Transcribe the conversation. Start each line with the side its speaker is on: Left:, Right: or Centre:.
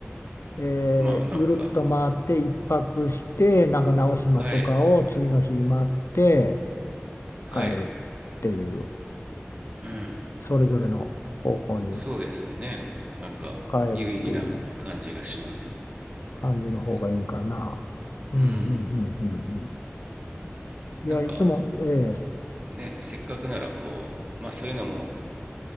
Left: えーぐるっと回って一泊してなんか直島とかを次の日回って
Right: まあなんか、はい。はい。
Left: 帰るっていう
Right: うん。
Left: それぞれの方向に
Right: そうですね。なんか、
Left: 帰るっていう
Right: 有意義な感じがします。
Left: 感じの方がいいんかな。
Right: そ
Left: うんうんうんうんうん。
Right: うん。
Left: いやいつもええ
Right: なんか、ね、せっかくならこう、まあそういうのも